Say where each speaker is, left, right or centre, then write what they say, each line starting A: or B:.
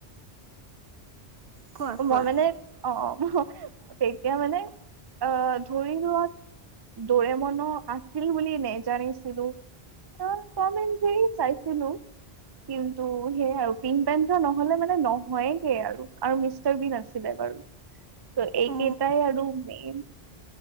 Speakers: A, on the right; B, on the right.
A: কোৱা কোৱা
B: মই মানে অ', অ'। <inaudible> তেতিয়া মানে অ', ধৰি লোৱা দ'ৰিমনো আছিল বুলি নেজানিছিলো। এ তম এণ্ড জেৰী চাইছিলোঁ। কিন্তু সেইয়ে আৰু পিং পেন্থৰ ন'হলে মানে নহয়গে আৰু, আৰু মিছ মিষ্টাৰ বীণ আছিলে বাৰু। ত' এইকেইটাই
A: অ
B: আৰু মেইন।